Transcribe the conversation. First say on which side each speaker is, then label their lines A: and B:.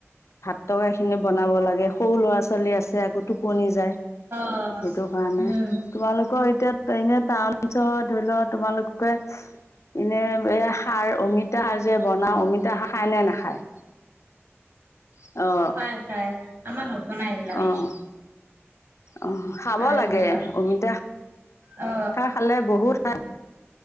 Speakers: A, on the left; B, on the right.
A: ভাত তৰকাৰীখিনি বনাব লাগে সৰু ল'ৰা ছোৱালী আছে আকৌ টোপনি যায়।
B: অ,
A: সেইটো কাৰণে
B: উম।
A: তোমালোকৰ এতিয়া এনে টাউন অঞ্চলত ধৰি লও তোমালোকৰ এনে এই সাৰ অমিতা সাৰ যে বনাও অমিতা সাৰ খাই নে নাখায়। অ',
B: হয় হয় আমাৰ নবনাই এইবিলাক।
A: অ', অ। খাব
B: <inaudible>
A: লাগে অমিতা
B: অ
A: খালে বহুত ভাল